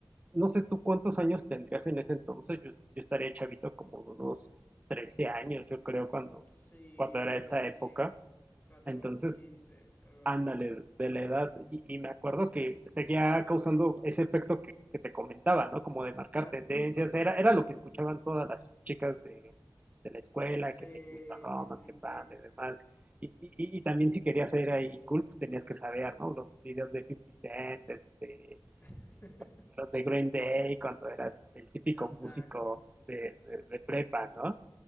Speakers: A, on the right (about 15°); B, on the left (about 20°).
A: No sé tú cuántos años tendrías en ese entonces, yo, yo estaría chavito como de unos 13 años, yo creo, cuando,
B: Sí,
A: cuando era
B: yo
A: esa
B: también.
A: época.
B: catorce,
A: Entonces,
B: 15, algo así.
A: Ándale, de la edad. Y, y me acuerdo que seguía causando ese efecto que, que te comentaba, ¿no? Como de marcar
B: Claro.
A: tendencias. Era, era lo que escuchaban todas las chicas de, de la escuela,
B: Sí,
A: que me
B: sí,
A: más
B: sí,
A: que
B: sí.
A: pan, de demás. Y, y, y también si querías ser ahí cool, pues tenías que saber, ¿no? Los videos de Fifty Cent, este,
B: <laughs>
A: los, los de Green Day, cuando eras el típico
B: Exacto.
A: músico de, de, de prepa, ¿no?